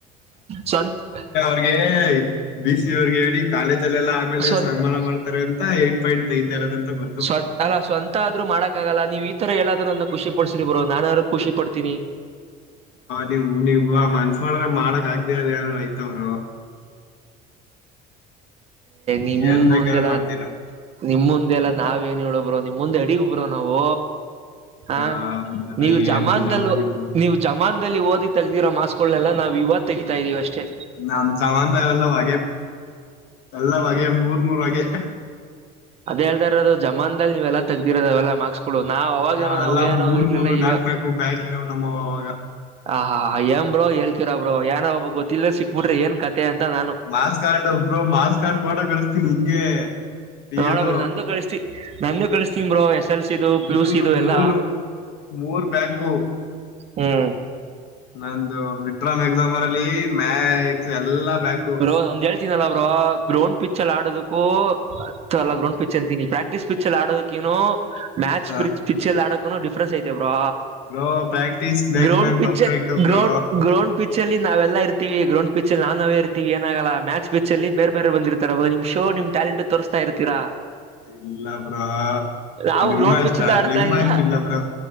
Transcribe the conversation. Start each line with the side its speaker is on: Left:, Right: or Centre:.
Right: ಸ <unintelligible>
Left: ಹಾಗ ಬಿ ಸಿ ಅವರ್ಗೆ ಹೇಳಿ ಕಾಲೇಜಲ್ಲ ಎಲ್ಲ ಆಮೇಲೆ
Right: ಸ್ವಂತ
Left: ಸನ್ಮಾನ ಮಾಡ್ತಾರೆ ಅಂತ ಏಟ್ ಪಾಯಿಂಟ್ ತೈತರದ ಅಂತ ಬ
Right: ಸ್ವ ಅಲ್ಲ ಸ್ವಂತ ಆದ್ರು ಮಾಡಕ್ ಲ್ಲ ನೀವು ಈ ತರ ಎಲ್ಲಾದ್ರೂನ್ನ ಖುಷಿ ಪಡ್ಸಿ ಬೋ ನುಾದು ಖುಷಿ ಪಡ್ತಿನಿ
Left: ನೀವು್ ನೀವು ಮನ್ಸ್ರೆ ಮಾಡಕ್ ಆಗ್ದೇಏನಾರರು ಆಐತವ್ರು
Right: ನಿಮ
Left: ಏನ್
Right: ಮುಂದೆಲ್ಲ
Left: ಬೇಕಾದ್ರೂ ಮಾಡ್ತೀರಾ
Right: ನಿಮ್ಮ ಮುಂದೆಲ್ಲಾ ನಾವೇಏನ್ ಹೇಳೋಬ್ರೋ ನಿಮ್ಮ ಮುಂದೆ ಅಡಿಗ ಬ್ರೋ ನಾವು ಹಾ
Left: ಆ,
Right: ನೀವು ಜಮಾನ್ಲ್
Left: ಏನಿಲ್ಲ ಬಿಡಿ ಬ್ರೋ
Right: ನೀವು ಜಮಾದಲ್ಲಿ ಓದಿ ತೆದಿರೋ ಮಾಸ್ಗಳನ್ನನೆಲ್ಲ ನಾವು ಇವಾಗ ತೆಗಿತಾ ಇದ್ದೀವಿ ಅಷ್ಟೇ
Left: ನಮ್ ಚಾಮನ್ ಎಲ್ಲ ಹೊ ಎಲ್ಲ ಹೊ ಮೂರ್ ಮೂರ್ವೆ
Right: ಅದೇದದ ಇರೋದು ಜಮಾದಲ್ಲಿ ನೀವೆಲ್ಲ ತೆದಿರದಾವೆಲ್ಲ ಮಾರ್ಕ್ಸ್ ಹಳು ನಾವ್ ಅವಾಗೇಏನೋ
Left: ಹ
Right: ನಾವು
Left: ಎಲ್ಲ
Right: ಏನೋ
Left: ಮೂರ್
Right: ಇರ್ಲಿಲ್ಲ
Left: ಮೂರು
Right: ಇವ
Left: ನಾಕ್ ನಾಕು ಬ್ಯಾಕ್ ಇರವ್ ನಮ್ಮವ್ ಅವಾಗ
Right: ಆ ಹಾ ಎ ಬ್ರೋ ಹೇಳ್ತರ ಬ್ರೋ ಯಏನೋ ಒಬ ಗೊತ್ತಿಲ್ಲ ಸಿಕ್ಬಿಟ್ರಿ ಏನ್ ಕತೆ ಅಂತ ನಾನು
Left: ಮಾಸ್ ಕಾರ್ಡ್ ಒಬ್ ರು ಮಾಸ್ ಕಾರ್ಡ್ ಫೋಟೋ ಕಳಿಸ್ತೀನಿ ಹಿಂಗೆ ಪಿಯುದು
Right: ನೋಡ ಬರ ನಂದು ಕಳಸ್ತತಿ ನಂದು ಕಳಿಸ್ತೀರೋ ಎಷ್ಟ ಎಸ್ ಎಸ್ ಎಲ್ ಸಿ ಇದು ಪ್ಲೂಸ್
Left: ಮೂರು
Right: ಇದು ಎಲ್ಲ
Left: ಮೂರು ಮೂರ್ ಬ್ಯಾಕು
Right: ಹ್ಮ್
Left: ನಂದು ಮಿಟ್ರಾಮ್ ಎಕ್ಸಾಮ್ ಅರಲ್ಲಿ ಮ್ಯಾಕ್ಸ್ ಎಲ್ಲಾ ಬ್ಯಾಕು
Right: ಬೋ ಒಂದ್ ಹೇಳ್ತೀನಲ್ಲ ಬ್ರೋ ಗ್ರೌಂಡ್ ಪಿಚ್ಲ್ಲಿ ಆಡದಕ್ಕೂ ಎಲ್ಲ ಗ್ರೌಂಡ್ ಪಿಚ್ ಎಂತೀನಿ ಪ್ರಕ್ ಕ್ಟ ಪಿಚ್ ಆಡೋದಕ್ಕಿನು ಮಚ್
Left: ಹ
Right: ಪಿಚ್ ಎಲ್ಲಿ ಆಡೋಕೂ ಡಿಫ್ರೆನ್ಸ್ ಐತೆ ಬ್ರಾ
Left: bro practice makes
Right: ground
Left: man
Right: pitcher
Left: perfect bro
Right: ground ground pitcher ಪಲ್ಲಿ ನಾವಲ್ಲ ಇರ್ತಿವಿ ಗ್ರೌಂಡ್ ಪಿಚ್ಲ್ಲಿ ನಾವ್ ನಾವೇ ಇರ್ತೀವಿ ಇಡ್ತೀವಿ ಏನಾಗಲ್ಲ ಮ್ಯಾಚ್ ಪಿಚ್ಚಲ್ಲಿ ಬೇರೆ ಬೇ ಬಂದಿರ್ತಾರೆವಾಗಮ್ ಶೋಮ್ ಮತ್ತೆ ಟಾಲೆಂಟ್ ತೋರಿಸ್ತಾ ಇದ್ದೀರಾ
Left: ಇಲ್ಲ ಬ್ರೋ
Right: ನಾವು
Left: ನಿಮ್ಮಷ್ಟ
Right: ಗ್ರೌಂಡ್ ಪಿಚಲ್ಲಿ ಆಡ್ತಿಲ್ಲ
Left: ನಿಮ್ಮಷ್ಟ ಇಲ್ಲ ಬ್ರೋ